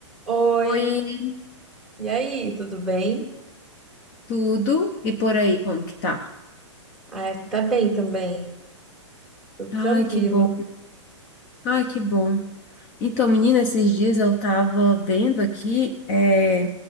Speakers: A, in the centre; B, on the left (about 40°).
A: Oi,
B: Oi,
A: e aí, tudo bem?
B: tudo e por aí, como que tá?
A: Ah, aqui tá bem também, tudo
B: Ai,
A: tranquilo.
B: que bom. Ai, que bom. Então, menina, esses dias eu tava vendo aqui, é,